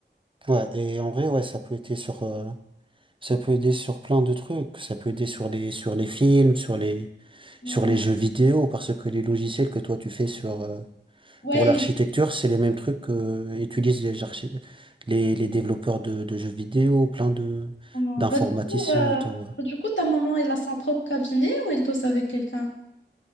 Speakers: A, on the right; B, on the left.
A: Ouais, et en vrai, ouais, ça peut aider sur, euh, ça peut aider sur plein de trucs. Ça peut aider sur les, sur les films, sur les,
B: Oui,
A: sur les jeux vidéo, parce que les logiciels que toi tu fais sur, euh,
B: ouais,
A: pour l'architecture,
B: ouais,
A: c'est les mêmes trucs que euh, utilisent les, archi- les, les développeurs de, de jeux vidéo, plein de
B: vraiment.
A: d'informaticiens
B: Bah, du coup, euh,
A: et tout. ouais.
B: bah, du coup, ta maman, elle a son propre cabinet ou elle bosse avec quelqu'un?